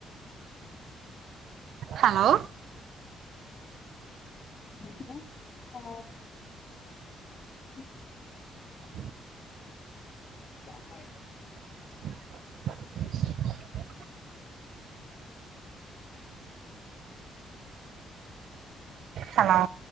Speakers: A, on the right (about 70°); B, on the left (about 45°).
A: ஹலோ
B: கேக்குதா ஹலோ ம்
A: ம்
B: ஆமா இ
A: <unintelligible> ஹலோ